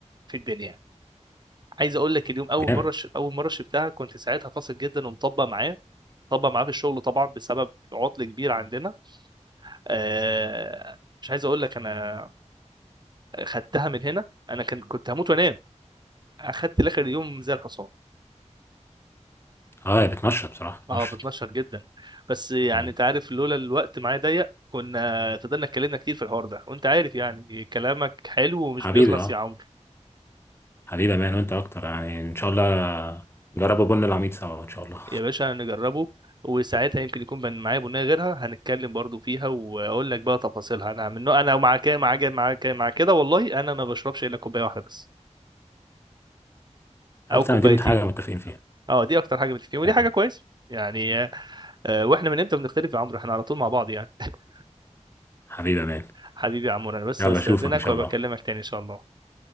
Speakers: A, on the right (about 35°); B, on the left (about 20°).
A: في الدنيا عايز اقول لك اليوم اول
B: جامد
A: مره ش... اول مره شربتها كنت ساعتها فاصل جدا ومطبق معاه طبق معاه في الشغل طبعا بسبب عطل كبير عندنا آه... مش عايز اقول لك انا خدتها من هنا انا كان كنت هموت وانام اخدت لاخر اليوم زي الحصان
B: اه هي بتنشط بصراحه بتنشط
A: اه بتنشط جدا بس يعني
B: مم.
A: انت عارف لولا الوقت معايا ضيق كنا فضلنا اتكلمنا كتير في الحوار ده وانت عارف يعني كلامك حلو ومش
B: حبيبي
A: بيخلص
B: اه
A: يا عمرو
B: حبيبي يا مان وانت اكتر يعني ان شاء الله جربوا بن العميد سوا ان شاء الله
A: يا باشا نجربه وساعتها يمكن يكون بن- معايا بنية غيرها هنتكلم برضو فيها واقول لك بقى تفاصيلها انا من نوع- انا مع كده مع كده مع كده مع كده والله انا ما بشربش الا كوبايه واحده بس
B: طب
A: او
B: تمام
A: كوبايتين
B: دي حاجه متفقين فيها
A: اه دي اكتر حاجه بتفيد
B: تمام
A: ودي حاجه كويسه يعني آه، واحنا من امتى بنختلف يا عمرو احنا على طول مع بعض يعني <laughs>
B: حبيبي يا مان
A: حبيبي يا عمرو انا بس
B: يلا
A: استاذنك
B: اشوفك ان شاء
A: وبكلمك
B: الله
A: تاني ان شاء الله